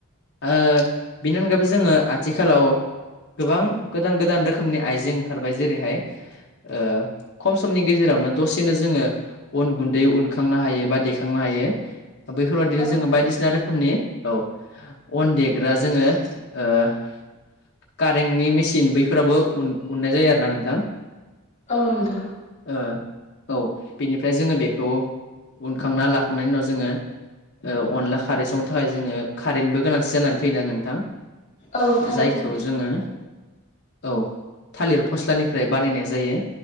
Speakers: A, on the left; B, on the left.
A: ओ बेनि अनगायैबो जों आथिख खालाव गोबां गोदान गोदान रोखोमनि आइजें ओंखारबाय जेरैहाय ओ खम समनि गेजेरावनो दसेनो जोङो अन गुन्दै उनखांनो हायो बा देखांनो हायो। बैफोर बायदिनो
B: औ
A: जोङो बायदिसिना रोखोमनि औ अन देग्रा जोङो ओ मेसिन बैफोरावबो उन उननाय जायो आरोना नोंथां।
B: औ नोंथां
A: ओ औ बेनिफ्राय जोङो बेखौ उनखांना लाख खांनायनि उनाव जोङो अनला खारै संनो थाखाय जोङो खारैनिबो गोनांथि जानानै फैना नोंथां
B: औ थारैनो
A: जायखौ
B: नोंथां
A: जोङो औ थालिर फस्लानिफ्राय बानायनाय जायो